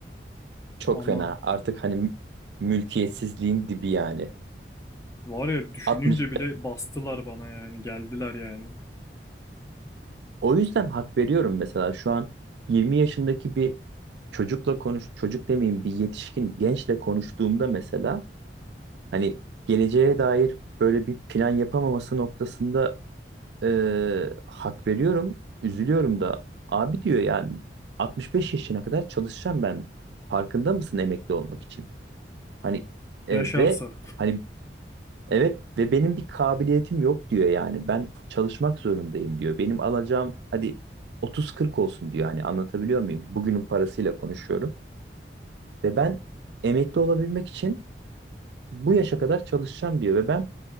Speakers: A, on the right; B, on the left.
A: Çok
B: aman.
A: fena. Artık hani mülkiyetsizliğin dibi yani.
B: Var ya düşününce
A: 60
B: bile bastılar bana yani geldiler yani.
A: O yüzden hak veriyorum mesela şu an 20 yaşındaki bir çocukla konuş çocuk demeyeyim bir yetişkin gençle konuştuğumda mesela hani geleceğe dair böyle bir plan yapamaması noktasında e, hak veriyorum. Üzülüyorum da abi diyor yani 65 yaşına kadar çalışacağım ben. Farkında mısın emekli olmak için? Hani e,
B: Yaşarsa.
A: ve hani Evet ve benim bir kabiliyetim yok diyor yani. Ben çalışmak zorundayım diyor. Benim alacağım hadi otuz kırk olsun diyor. Hani anlatabiliyor muyum? Bugünün parasıyla konuşuyorum. Ve ben emekli olabilmek için bu yaşa kadar çalışacağım diyor. Ve ben